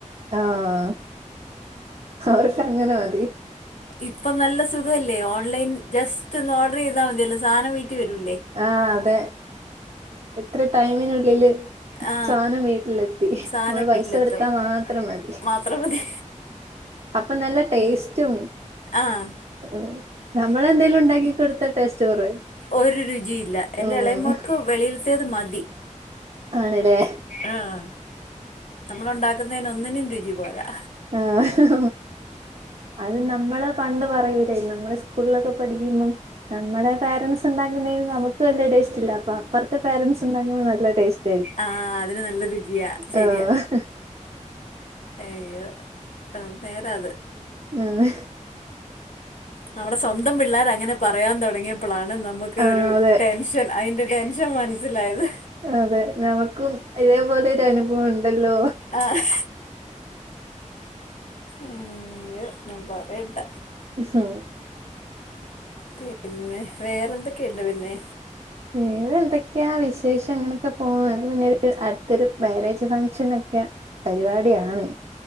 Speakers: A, on the right (about 55°); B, on the left (about 80°).
A: ആഹ അവർക്ക് അങ്ങനെ മതി
B: ഇപ്പൊ നല്ല സുഖല്ലേ ഓൺലൈൻ ജസ്റ്റ് ഒന്ന് ഓർഡർ ചെയ്താൽ മതിയല്ല സാധനം വരൂല്ലേ
A: ആഹ അതെ എത്ര ടൈമിനുള്ളില്
B: ആ
A: സാധനം വീട്ടിലെത്തി
B: സാധനം
A: നമ്മൾ പൈസ
B: വീട്ടിലെത്തും
A: കൊടുത്താ മാത്രം മതി
B: മാത്രം മതി
A: അപ്പൊ നല്ല ടേസ്റ്റും
B: ആഹ
A: ഉ നമ്മളെന്തെങ്കിലും ഉണ്ടാക്കി കൊടുത്ത ടേസ്റ്റ് കുറവായിരിക്കും
B: ഒരു രുചിയില്ല എന്റെ
A: ഉം
B: ഇളയമോൾക്ക് വെളിയിൽത്തയത് മതി
A: ആണല്ലേ
B: ആഹ നമ്മള ഉണ്ടാക്കുന്നതിന് ഒന്നിനും രുചി പോരാ
A: ആഹ അത് നമ്മള് പണ്ട് പറയൂലേ നമ്മള് സ്കൂളിലൊക്കെ പഠിക്കുമ്പം നമ്മുടെ പേരൻസ് ഉണ്ട തങ്ങുന്നതി നമുക്ക് വലിയ ടേസ്റ്റ്ല്ല അപ്പൊ അപ്പറത്തെ പാരൻറ്സ് ഉണ്ടാകുന്നതിനു നല്ല ടെസ്റ്റാ
B: ആഹ അതിന് നല്ല രുചിയാ ശെരിയ
A: ആഹ്
B: അയ്യോ ആ വേരാ അത്
A: ആഹ
B: നമ്മുടെ സ്വന്തം പിള്ളേർ അങ്ങനെ പറയാൻ തുടങ്ങിയപ്പോളാണ് ആ നമുക്ക്
A: ആഹ്
B: ഒരു
A: അതെ
B: ടെൻഷൻ അതിന്റെ ടെൻഷൻ മനസ്സിലായത്
A: അതെ നമുക്കും ഇതേപോലെ ഒരു അനുഭവം ഉണ്ടല്ലോ
B: ആഹ് ഇയ്യോ ഒന്നും പറയണ്ട
A: ഹഹ
B: പിന്നെ വേറെന്തൊക്കെയുണ്ട് പിന്നെ
A: വേറെ എന്തൊക്കെയാ വിശേഷം അങ്ങനെയൊക്കെ പോന്നു അത് പിന്നെ അടുത്തൊരു മാരേജ് ഫങ്ഷൻ ഒക്കെയ പരിപാടിയാണ്